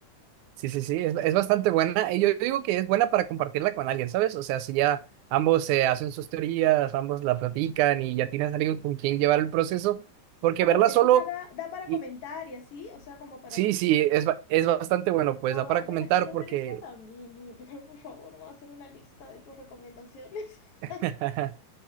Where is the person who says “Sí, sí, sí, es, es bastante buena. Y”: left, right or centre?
Right